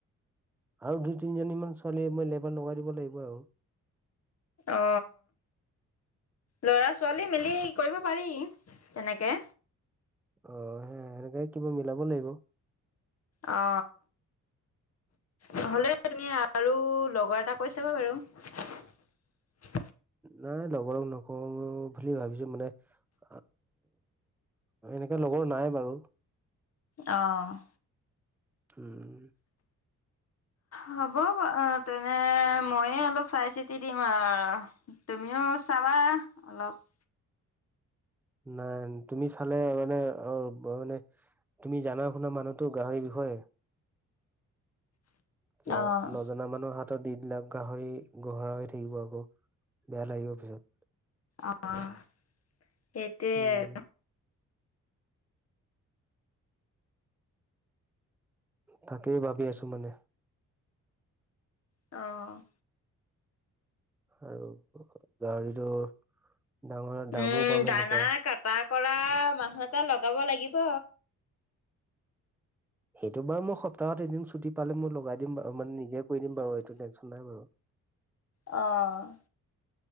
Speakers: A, in the centre; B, on the left.
A: আৰু দুই তিনিজনী মান ছোৱলী মই লেবাৰ লগাই দিব লাগিব আৰু।
B: অ ল'ৰা ছোৱালী মিলি কৰিব পাৰি তেনেকে
A: অ সে সেনেকে কিবা মিলাব লাগিব
B: অ নহ'লেও তুমি আৰু লগৰ এটা কৈছা বা বাৰু
A: নাই লগৰ নকৰো বুলি ভাবিছো মানে। এনেকে লগৰ নাই বাৰু।
B: অ'।
A: উম।
B: হ'ব বাৰু, তেনে ময়ে অলপ চাই চিতি দিম আৰু তুমিও। চাবা অলপ।
A: নাই তুমি চালে মানে অ', মানে। তুমি জানা শুনা মানুহতো গাহৰিৰ বিষয়ে। কিয়
B: অ'।
A: নজনা মানুহ হাত। দি দিলে গাহৰি গোহৰা হৈ থাকিব আকৌ, বেয়া লাগিব পিছত।
B: অ', সেইটোয়ে
A: উম,
B: আৰু।
A: তাকেই ভাবি আছোঁ মানে।
B: অ'।
A: আৰু গাহৰিটো। ডাঙৰ দামো
B: উম
A: পাম
B: দানা
A: সেনেকুৱা।
B: কাটা কৰা মানুহ এটা লগাব লাগিব।
A: সেইটো বাৰু মই সপ্তাহত এদিন ছুটি পালে মই লগাই দিম বাৰু মানে নিজে কৰি দিম বাৰু এইটো টেনশ্যন নাই বাৰু।
B: অ'।